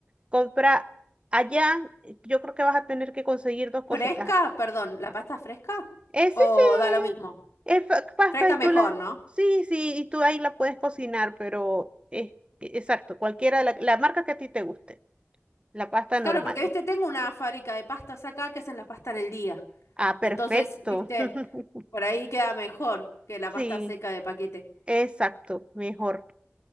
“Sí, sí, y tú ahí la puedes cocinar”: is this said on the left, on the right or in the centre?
Right